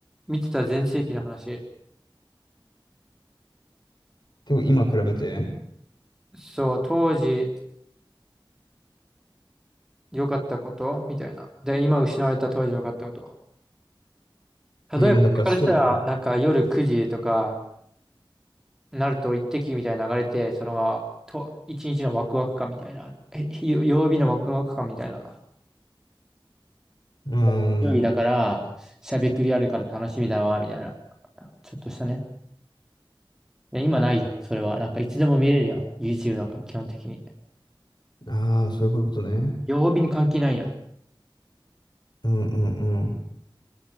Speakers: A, in the centre; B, on the left.
A: 見てた全盛期の話。
B: でも今比べて
A: そう、当時良かったことみたいな。で、今失われた当時良かったこと。例えば、
B: えーだからそうでしょ。
A: これからしたら、なんか夜9時とかなると一滴みたいな流れて、その、と、一日のワクワク感みたいな。え、よ曜日のワクワク感みたいな。
B: うん。
A: 一人だから、しゃべくりあるから楽しみだわ、みたいな。ちょっとしたね。いや、今ないじゃん、それは。なんかいつでも見れるやん。YouTube なんか基本的に。
B: ああ、そういうことね。
A: 曜日に関係ないやん。
B: うんうんうん。